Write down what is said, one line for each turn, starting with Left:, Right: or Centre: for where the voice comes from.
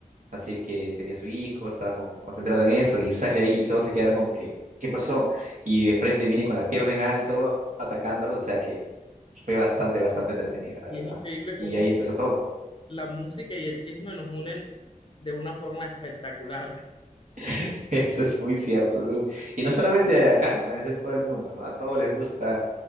Right: Así que tenía su hijo, estaba con- concentrado en eso y sale ahí y todos se quedaron como que, ¿qué pasó? Y de frente viene con la pierna en alto atacándolos, o sea que fue bastante, bastante entretenido, la
Left: Y
Right: verdad.
Left: es increíble
Right: Y
Left: cómo
Right: ahí empezó todo.
Left: la música y el chisme nos unen de una forma espectacular.
Right: <laughs> Eso es muy cierto. Eso- Y no solamente acá, ¿no? Es en todo el mundo, ¿no? A todos les gusta